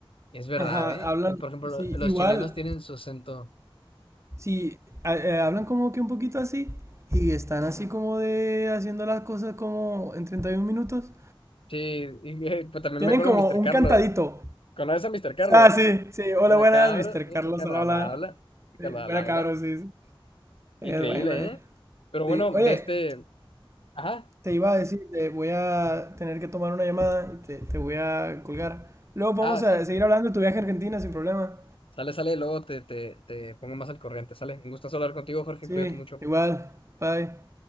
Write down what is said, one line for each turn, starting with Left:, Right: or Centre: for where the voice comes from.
Left: es verdad,
Right: Ajá,
Left: ¿eh?
Right: hablan,
Left: Y, Por ejemplo,
Right: sí,
Left: lo- los
Right: igual,
Left: chilenos tienen su acento.
Right: sí, a- eh, hablan como que un poquito así, y están así como de haciendo las cosas como en 31 minutos.
Left: Sí, y, <laughs> eh, pues también
Right: Tienen
Left: me acuerdo
Right: como
Left: de Mr.
Right: un
Left: Carlos.
Right: cantadito.
Left: ¿Conoces a Mr. Carlos?
Right: Ah, sí, sí, hola,
Left: Buena
Right: buenas,
Left: cabra,
Right: mister
Left: Mr.
Right: Carlos,
Left: Carlos
Right: hola, hola.
Left: la habla. Carlos
Right: Sí, buena
Left: la habla.
Right: cabros, sí. sí. Es
Left: Increíble,
Right: bueno, eh.
Left: ¿eh? Pero bueno,
Right: Sí. Oye,
Left: de este. Ajá.
Right: te iba a decir, te voy a tener que tomar una llamada y te, te voy a colgar. Luego vamos
Left: Ah, sí.
Right: a seguir hablando de tu viaje a Argentina sin problema.
Left: Sale, sale, luego te, te, te pongo más al corriente. Sale. me gusta hablar contigo, Jorge.
Right: Sí,
Left: Cuídate mucho.
Right: igual. Bye.